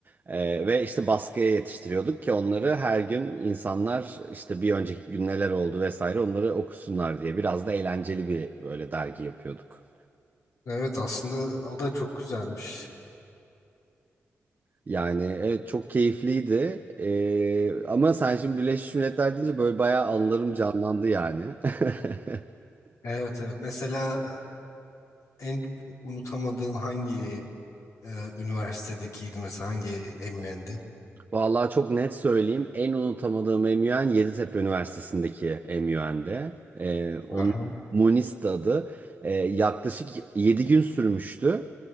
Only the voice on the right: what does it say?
E, ve işte baskıya yetiştiriyorduk ki onları her gün insanlar işte bir önceki gün neler oldu vesaire onları okusunlar diye biraz da eğlenceli bir böyle dergi yapıyorduk.
Yani evet çok keyifliydi. E, ama sen şimdi Birleşmiş Milletler deyince böyle bayağı anılarım canlandı yani. <laughs>
Vallahi çok net söyleyeyim. En unutamadığım MUN Yeditepe Üniversitesi'ndeki MUN'de. Ee, onun
Munis'ti adı. Ee, yaklaşık 7 gün sürmüştü.